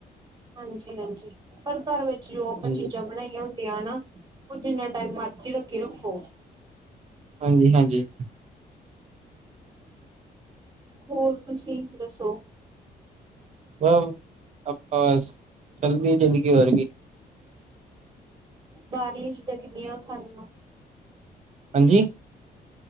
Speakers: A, on the right (about 25°); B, on the right (about 40°).
A: ਹਾਂਜੀ-ਹਾਂਜੀ ਪਰ ਕਾਰ ਵਿੱਚ ਜੋ ਆਪਾਂ
B: ਹਾਂਜੀ
A: ਚੀਜ਼ ਬਣਾਈਆਂ ਹੁੰਦੀਆਂ ਹਨਾ ਓ ਜਿੰਨਾ ਟਾਈਮ ਮਰਜ਼ੀ ਰੱਖੀ ਰੱਖੋ।
B: ਹਾਂਜੀ-ਹਾਂਜੀ।
A: ਹੋਰ ਤੁਸੀਂ ਦੱਸੋ।
B: ਮ ਆਪ ਚੱਲਦੀ ਹੈ ਜ਼ਿੰਦਗੀ ਵਰਗੀ,
A: ਬਾਰਲੀ ਚੀਜ਼ਾਂ ਕਿੰਨੀਆਂ ਕੁ ਖਾਦੇ ਓ।
B: ਹਾਂਜੀ।